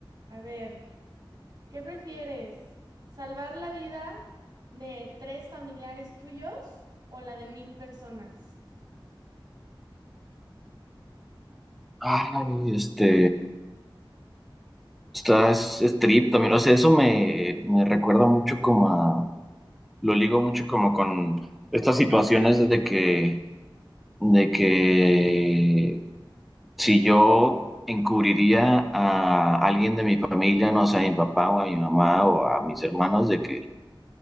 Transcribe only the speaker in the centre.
Ay, este. Está es, es trip también, o sea, eso me, me recuerda mucho como a, lo ligo mucho como con estas situaciones de que, de que si yo encubriría a alguien de mi familia, no sé, a mi papá o a mi mamá o a mis
hermanos, de que